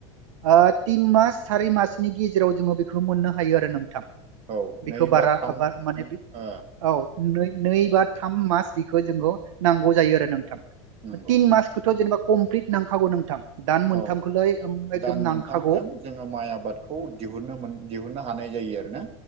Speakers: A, on the right (about 80°); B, on the right (about 40°).
A: ओ तिन मास सारि मासनि गेजेराव जोङो बेखौ मोननो हायो आरो नोंथां
B: औ
A: बेखौ
B: नै
A: बारा
B: बा थाम
A: आबाद
B: ओ
A: माने औ नै नै बा थाम मास बेखौ जोंखौ नांगौ जायो आरो नोंथां
B: नंगौ
A: तिन मासखौथ' जेनेबा कमप्लिट नांखागौ नोंथां दान मोनथामखौलाय
B: औ
A: एकदम
B: दान
A: नांखागौ
B: मोनथामजों जोङो माइ आबादखौ दिहुननो दिहुननो हानाय जायो आरो ना